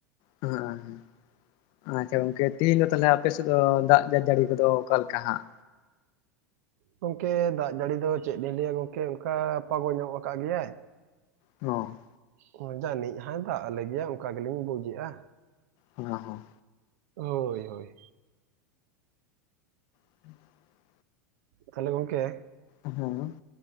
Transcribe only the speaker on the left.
ᱦᱮᱸ ᱦᱮᱸ, ᱟᱪᱪᱷᱟ ᱜᱚᱝᱠᱮ ᱛᱤᱦᱤᱧ ᱫᱚ ᱛᱟᱦᱚᱞᱮ ᱟᱯᱮ ᱥᱮᱫ ᱫᱚ ᱫᱟᱜ ᱡᱟᱹ ᱡᱟᱹᱲᱤ ᱠᱚᱫᱚ ᱚᱠᱟ ᱞᱮᱠᱟ ᱦᱟᱸᱜ?
ᱱᱚᱸ,
ᱦᱚᱸ ᱦᱚᱸ,
<inaudible>
ᱦᱚᱸ,